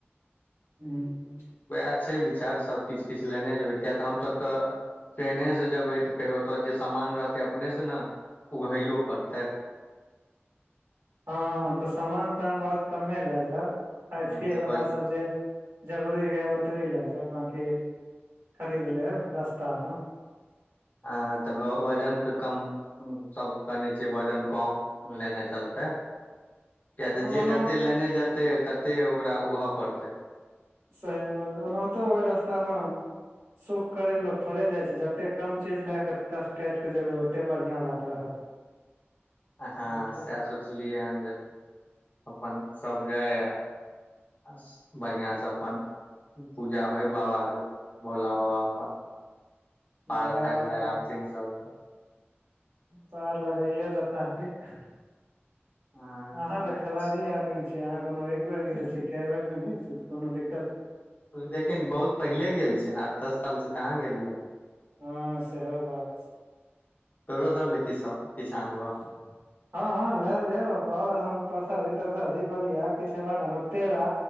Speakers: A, on the right; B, on the left.
A: <unintelligible>
B: उएह छै विचार सभ किछ किछ लेने जेबैय किय तऽ हम सभ तऽ। ट्रेने से जेबैय तऽ फेर ओ तऽ जे सामान रहतै अपने से न उघैयो पड़तैय।
A: हँ तऽ सामान तऽ हम बहुत कमे लै जायब खाय
B: हूँ
A: पियैवला
B: तऽ वज
A: सभ जे। जरूरी हुए ओतबी लै जायब बाकी खरीद लेब रस्ता में।
B: अहाँ तऽ ग वजन कऽ कम। सब कहने छियै वजन कम लेने चलतै। किया
A: हँ
B: तऽ जे
A: ओना
B: जतेक लेने जेतै ततेक ओकरा उघ पड़तैय।
A: सही बात ओनाहितो ओहि रास्ता में। सुख करै लए लोक थोड़े जाइ छै जतेक कम चीज लए कऽ कष्ट काइट कऽ जेबै ओतेक बढ़िआँ बात रहत। <unintelligible>
B: अ हँ
A: ओके
B: सैह सोचलियै हन जे <inaudible> अपन सभ जय अस बढ़िआँ स अपन पूजा होइ बाबा केँ <inaudible> भोलाबाबा अपन <inaudible> पार
A: भोला
B: खाली
A: बाबा
B: लगाबथिन
A: पा
B: सभ कऽ
A: पार लगाइए देता कि <inaudible>
B: ह
A: अहाँ तऽ खिलाड़ी आदमी छी अहाँ कोनो एक बेर गेल छि कै बेर न गेल छिये कोनो दि
B: लेकिन बहुत पहिले गेल छिये न आठ दस साल स कहाँ गेलियै हऽ
A: ह सेहो बात छै
B: तोरो सभ लेल किछ सब किछ आनब
A: <unintelligible> हँ हँ लए लेब बाबाधाम केँ परसादी तरसादी बलिया किछ एम्हर आम्हर पेड़ा